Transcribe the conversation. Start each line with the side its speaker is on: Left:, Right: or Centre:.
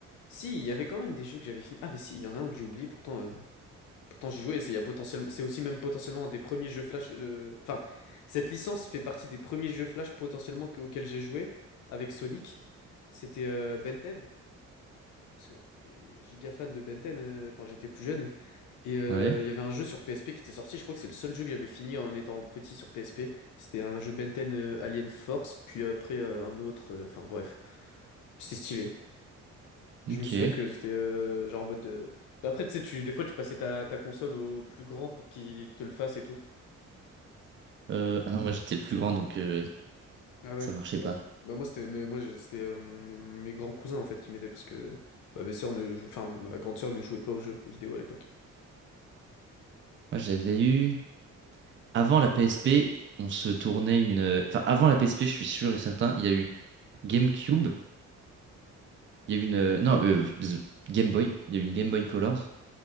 Left: Si, il y avait quand même des jeux que j'avais fini. Ah, mais si, il y en a un que j'ai oublié pourtant. euh, Pourtant, j'y jouais, et c'est il y a potentiellement, c'est aussi même potentiellement un des premiers jeux Flash. euh, Enfin, cette licence fait partie des premiers jeux Flash potentiellement que- auxquels j'ai joué avec Sonic. C'était euh, Ben 10, parce que j'étais giga fan de Ben 10 euh, quand j'étais plus jeune. Et euh,
Right: Ouais,
Left: il y avait un jeu sur PSP qui était sorti. Je crois que c'est le seul jeu que j'avais fini en étant petit sur PSP. C'était un jeu Ben 10 euh, Alien Force, puis après euh, un autre. euh, Enfin bref, c'était stylé. Je
Right: ok.
Left: me souviens que c'était euh, genre en mode. euh, bah après, tu sais, tu- des fois, tu passais ta, ta console au plus grand pour qu'il te le fasse et tout.
Right: Euh, ah non, moi, j'étais le plus grand, donc euh,
Left: Ah ouais,
Right: ça marchait
Left: bah,
Right: pas.
Left: bon. bah moi c'était mais moi je- c'était euh, mes, mes grands cousins en fait qui m'aidaient parce que bah, mes sœurs ne jou- enfin ma grande sœur ne jouait pas aux jeux vidéo à l'époque.
Right: Moi, j'avais eu... Avant la PSP, on se tournait une... euh, Enfin, avant la PSP, je suis sûr et certain, il y a eu GameCube, il y a eu une... euh,
Left: Ouais.
Right: Non, euh, Game Boy, il y a eu une Game Boy Colors.